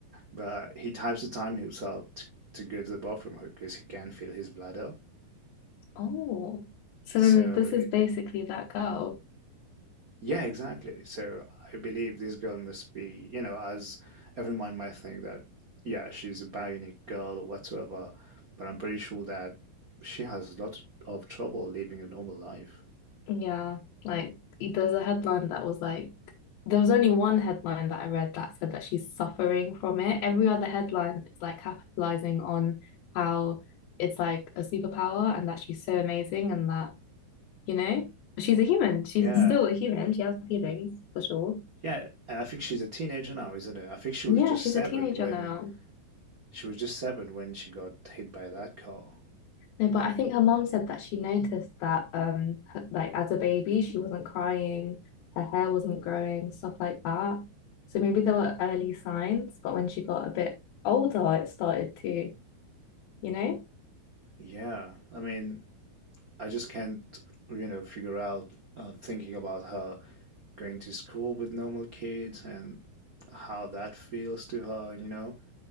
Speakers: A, on the right (about 65°); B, on the left (about 75°).
A: but he types the time himself to, to go to the bathroom because he can't feel his bladder.
B: Oh. So
A: So
B: then this is basically that girl.
A: yeah, exactly. So I believe this girl must be, you know, as everyone might think that yeah, she's a bionic girl or whatsoever, but I'm pretty sure that she has a lot of trouble living a normal life.
B: Yeah, like it- there's a headline that was like there was only one headline that I read that said that she's suffering from it. Every other headline is like capitalizing on how it's like a superpower and that she's so amazing and that, you know, she's a human. She's
A: Yeah.
B: still a human. She has feelings for sure.
A: Yeah, and I think she's a teenager now, isn't it? I think she was
B: Yeah,
A: just
B: she's
A: seven
B: a teenager
A: when
B: now.
A: She was just seven when she got hit by that car.
B: No, but I think her mom said that she noticed that, um, her, like as a baby, she wasn't crying, her hair wasn't growing, stuff like that. So maybe there were early signs, but when she got a bit older, it started to, you know?
A: Yeah, I mean, I just can't, you know, figure out uh, thinking about her going to school with normal kids and how that feels to her, you know,